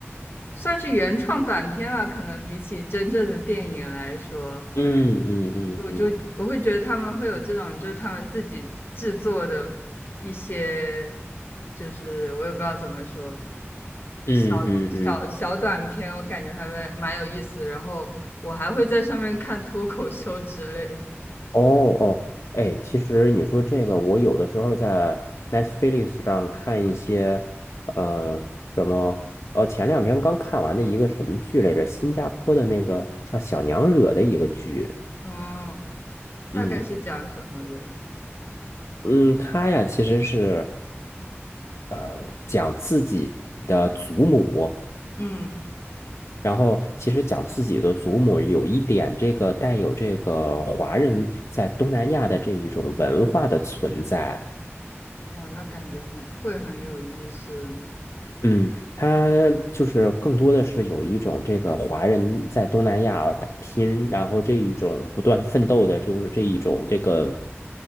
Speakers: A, on the left (about 50°); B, on the left (about 85°).
A: 算是原创短片吧，可能比起真正的电影来说。
B: 嗯嗯嗯嗯。
A: 我就我会觉得他们会有这种，就是他们自己制作的一些，就是我也不知道怎么说，
B: 嗯嗯嗯，
A: 小小小短片，我感觉还蛮蛮有意思。然后我还会在上面看脱口秀之类的
B: 哦哦，哎，其实你说这个，我有的时候在 Netflix 上看一些，呃，什么，哦，前两天刚看完的一个什么剧来着，新加坡的那个叫《小娘惹》的一个剧，
A: 嗯，大概是讲什么的，
B: 嗯嗯，它呀其实是呃讲自己的祖母，
A: 嗯，
B: 然后其实讲自己的祖母有一点这个带有这个华人在东南亚的这一种文化的存在。
A: 哇，那感觉很会很有意思。
B: 嗯，他就是更多的是有一种这个华人在东南亚打拼，然后这一种不断奋斗的，就是这一种这个